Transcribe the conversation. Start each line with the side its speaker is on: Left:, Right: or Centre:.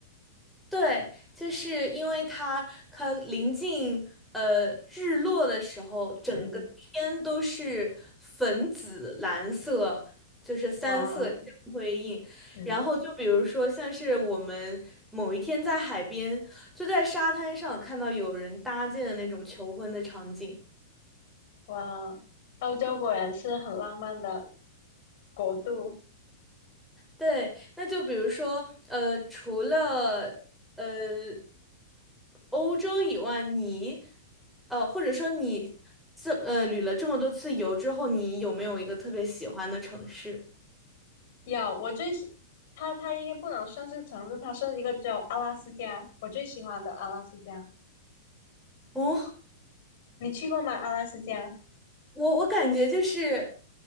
Centre: 对，就是因为它它临近呃日落的时候，
Left: <laughs>
Centre: 整个天都是粉紫蓝色，
Left: 嗯，
Centre: 就是三色相辉映。
Left: 哇，嗯。
Centre: 然后就比如说，像是我们某一天在海边，就在沙滩上看到有人搭建的那种求婚的场景，
Left: 哇，欧洲果然是很浪漫的国度。
Centre: 对，那就比如说，呃，除了呃欧洲以外，你呃或者说你这呃旅了这么多次游之后，你有没有一个特别喜欢的城市？
Left: 有，我最喜，它它应该不能算是城市，它算一个州，阿拉斯加，我最喜欢的阿拉斯加。
Centre: 哦，
Left: 你去过吗？阿拉斯加，
Centre: 我我感觉就是，